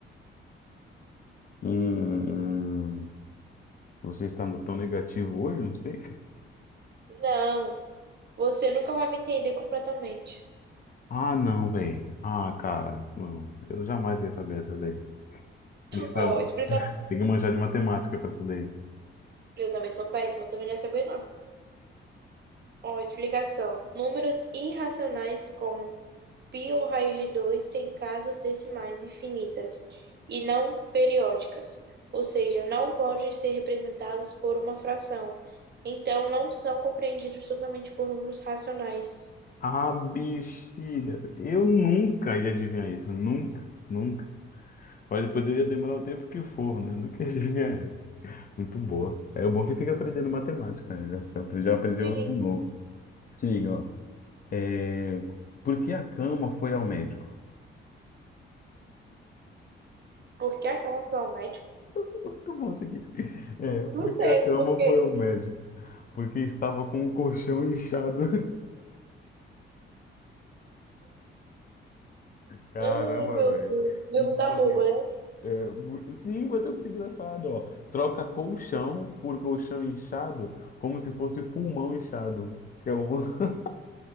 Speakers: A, on the left; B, on the right.
A: Hum, você está no- tão negativo hoje? Não sei.
B: Não, você nunca vai me entender completamente.
A: Ah, não, velho. Ah, cara, não. Eu jamais ia saber essa daí. Tem que saber,
B: Ó, explica
A: tem que manjar de matemática pra essa daí.
B: Eu também sou péssima, eu também não ia saber não. Ó, explicação. Números irracionais como π ou raiz de 2 têm casas decimais infinitas e não periódicas, ou seja, não podem ser representados por uma fração. Então, não são compreendidos totalmente por números racionais.
A: Ah, bexiga. Eu nunca ia adivinhar isso. Nunca, nunca. Pode, poderia demorar o tempo que for, né? Eu nunca ia adivinhar isso. Muito boa. É o bom é que fica aprendendo matemática, né? Já, se aprendi- já aprendi
B: E
A: algo novo. Se liga, ó. É, por que a cama foi ao médico?
B: por que a cama foi ao médico?
A: <laughs> Muito bom isso aqui. É, por
B: Não sei,
A: que a cama
B: por quê?
A: foi ao médico? Porque estava com o colchão inchado. Caramba,
B: Ai, meu
A: velho.
B: Deus. Pergunta
A: E tipo assim,
B: boba, né?
A: é, mu- sim, mas é muito engraçado, ó. Troca colchão por colchão inchado, como se fosse pulmão inchado. Que é um... <laughs>